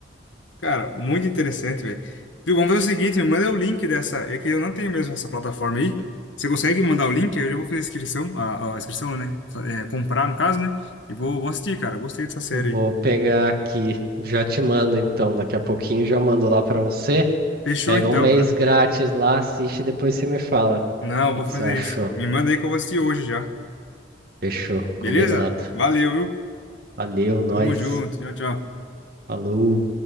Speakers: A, on the left; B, on the right.
A: Cara, muito interessante, velho. Viu, vamos fazer o seguinte, me manda o link dessa. É que eu não tenho mesmo essa plataforma aí. Você consegue mandar o link? Aí Eu já vou fazer a inscrição, a, a inscrição, né? É, comprar, no caso, né? E vou, vou assistir, cara. Gostei dessa série
B: Vou
A: aí.
B: pegar aqui, já te mando então, daqui a pouquinho já mando lá pra você.
A: Fechou
B: Pega
A: então,
B: um mês
A: cara.
B: grátis lá, assiste e depois você me fala o
A: Não, eu
B: que
A: vou
B: que
A: fazer
B: você achou.
A: isso. Me manda aí que eu vou assistir hoje já.
B: Fechou,
A: Beleza?
B: combinado.
A: Valeu, viu?
B: Valeu, nós.
A: Tamo junto. Tchau, tchau.
B: Falou.